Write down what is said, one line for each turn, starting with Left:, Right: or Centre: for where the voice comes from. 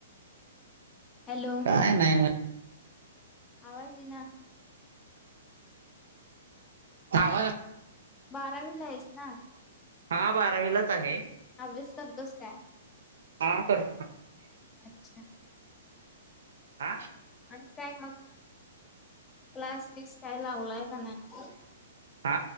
Left: हॅलो
Right: काय नाही मग
Left: आवाज ईना
Right: आ वाज
Left: बारावीला आहेस ना
Right: हा बारावीलाच आहे
Left: अभ्यास करतोस काय
Right: हा कर
Left: अच्छा
Right: आ
Left: आणि काय मग क्लास विक्स काय लावलाय का नाही
Right: आ